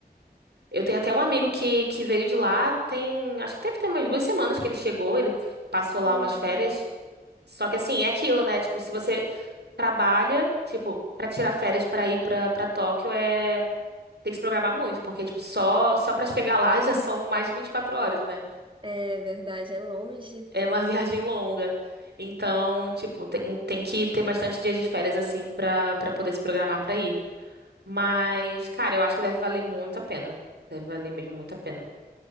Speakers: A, on the right; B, on the right.
A: Eu tenho até um amigo que, que veio de lá, tem, acho que deve ter umas duas semanas que ele chegou, ele passou lá
B: Hum,
A: umas férias. Só que assim, é aquilo, né? Tipo, se você trabalha, tipo, pra tirar férias pra ir pra, pra Tóquio é tem que se programar muito, porque tipo, só só para chegar lá <laughs> já são mais de 24 horas, né?
B: é verdade, é longe.
A: É uma <laughs> viagem longa. Então, tipo, tem, tem que ter bastante dias de férias assim pra para poder se programar pra ir. Mas, cara, eu acho que deve valer muito a pena. Deve valer mesmo muito a pena.